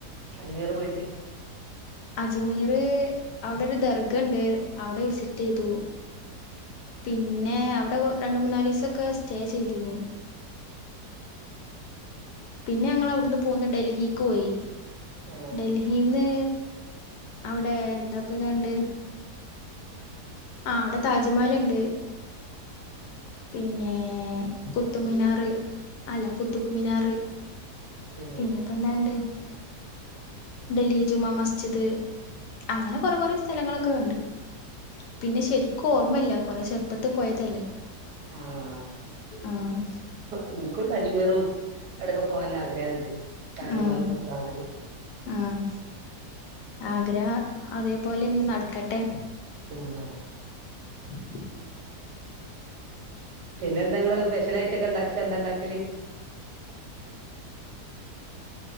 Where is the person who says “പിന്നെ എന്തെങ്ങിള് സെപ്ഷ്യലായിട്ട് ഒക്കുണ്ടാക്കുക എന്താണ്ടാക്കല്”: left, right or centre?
Right